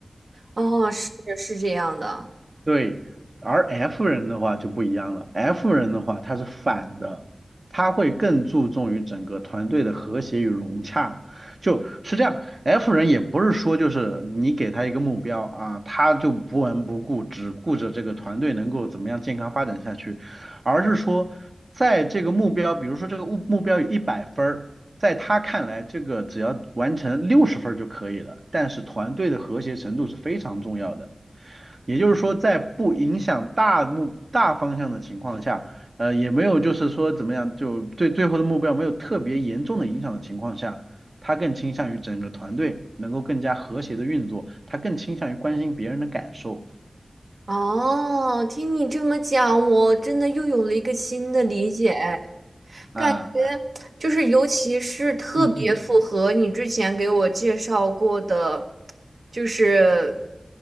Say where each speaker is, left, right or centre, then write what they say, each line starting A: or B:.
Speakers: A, on the right; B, on the right.
A: 哦，是是这样的。
B: 对，而 F 人的话就不一样了，F 人的话他是反的，他会更注重于整个团队的和谐与融洽，就是这样。F 人也不是说就是你给他一个目标啊，他就不闻不顾，只顾着这个团队能够怎么样健康发展下去，而是说在这个目标，比如说这个目目标有一百分儿在他看来，这个只要完成六十分儿就可以了，但是团队的和谐程度是非常重要的。也就是说，在不影响大目大方向的情况下，呃，也没有就是说怎么样，就对最后的目标没有特别严重的影响的情况下，他更倾向于整个团队能够更加和谐的运作，他更倾向于关心别人的感受
A: 哦，听你这么讲，我真的又有了一个新的理解。
B: 啊，
A: 感觉就是尤其是特别符合你之前给我介绍过的，
B: 嗯嗯
A: 就是